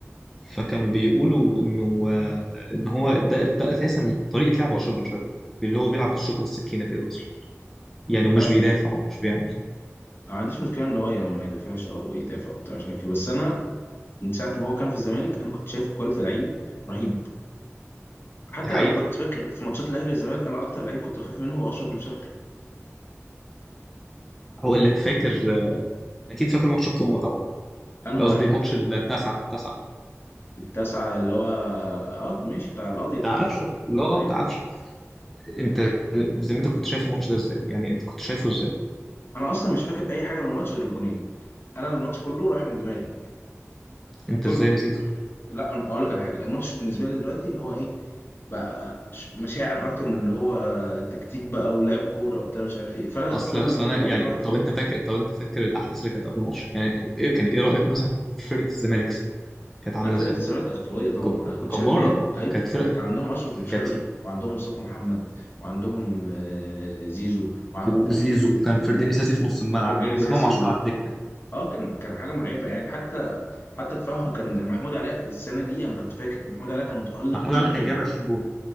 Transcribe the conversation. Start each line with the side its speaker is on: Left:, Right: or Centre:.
Centre: فكانوا بيقولوا انه آه، ان هو ده ده اساسا طريقه لعب اشرف بن شرقي اللي هو بيلعب بالشوكه والسكينه كده اصلا يعني ومش
Left: لا أنا
Centre: بيدافع ومش بيعمل
Left: ما عنديش مشكله ان هو ي- ما يدافعش او يدافع وبتاع مش عارف ايه بس انا من ساعه ما هو كان في الزمالك انا كنت شايف كواليتي لعيب رهيب حتى
Centre: دي حقيقه
Left: لو كنت فاكر في ماتشات الاهلي والزمالك انا اكتر لعيب كنت بخاف منه هو اشرف بن شرقي
Centre: هقول لك فاكر آه، اكيد فاكر ماتش القمه طبعا
Left: انا
Centre: قصدي
Left: واحد
Centre: ماتش التاسعه التاسعه
Left: التاسعة اللي هو اه مش بتاع القاضية
Centre: بتاع قفشه اللي هو
Left: ايوه
Centre: بتاع قفشه انت بذمتك كنت شايف الماتش ده ازاي يعني انت كنت شايفه ازاي
Left: انا اصلا مش فاكر اي حاجة من الماتش غير الجونين انا الماتش كله رايح من دماغي
Centre: انت
Left: كل
Centre: ازاي نسيته
Left: لا أنا اقول لك على حاجة الماتش بالنسبة لي دلوقتي ان هو ايه بقى ش- مشاعر اكتر من ان هو تكتيك بقى ولعب كورة وبتاع مش عارف ايه فانا
Centre: اصل
Left: كل
Centre: اصل
Left: اللي
Centre: انا
Left: في دماغي
Centre: يعني
Left: دلوقتي
Centre: طب انت فاكر طب انت فاكر الاحداث اللي كانت قبل الماتش يعني ايه كان ايه رايك مثلا في فرقه الزمالك ساعتها كانت عامله
Left: لا فرقة
Centre: ازاي
Left: الزمالك كانت قوية طبعا
Centre: جب-
Left: انا كنت
Centre: جباره
Left: شايف ان هي ايوه
Centre: كانت فرقه
Left: كان عندهم اشرف بن شرقي
Centre: كانت
Left: وعندهم مصطفى محمد وعندهم آه، زيزو وع- و-
Centre: زيزو كان فرجاني ساسي في نص الملعب
Left: وفرجاني
Centre: وامام
Left: سياسي
Centre: عاشور
Left: و...
Centre: على الدكه
Left: اه كان كان حاجة مرعبة يعني حتى حتى تفهم كان محمود علاء السنه دي انا كنت فاكر محمود علاء كان متالق
Centre: محمود
Left: جدا
Centre: علي كان جايب 20 جون